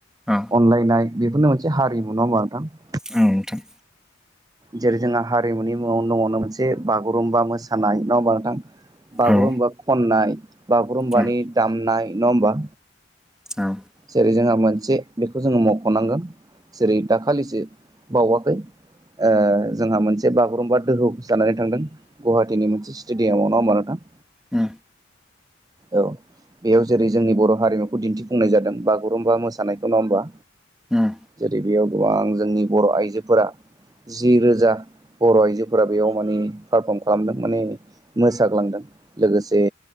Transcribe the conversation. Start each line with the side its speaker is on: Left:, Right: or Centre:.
Centre: औ
Right: अनलायनाय बेफोरनो मोनसे हारिमु नङा होमबा नोंथां
Centre: औ नोंथां
Right: जेरै जोंहा हारिमुनि मुङाव दङनो मोनसे बागुरुम्बा मोसानाय नङा होमबा नोंथां बागुरुम्बा
Centre: औ
Right: खननाय बागुरुम्बानि
Centre: औ
Right: दामनाय नङा होमबा
Centre: उम
Right: जेरै जोंहा मोनसे बेखौ जोङो मख'नांगोन जेरै दाखालिसो बावाखै ओ जोंहा मोनसे बागुरुम्बा दोहौ जानानै थांदों। गुवाहाटीनि मोनसे स्टेडियामाव नङा होमबा नोंथां
Centre: ए
Right: औ बेयाव जेरै जोंनि बर' हारिमुखौ दिन्थिफुंनाय जादों बागुरुम्बा मोसानायखौ नङा होनोमबा।
Centre: उम
Right: जेरै बेयाव गोबां जोंनि बर' आइजोफोरा जि रोजा बर' आइजोफोरा बेयाव माने पारफर्म खालामदों माने मोसाग्लांदों लोगोसे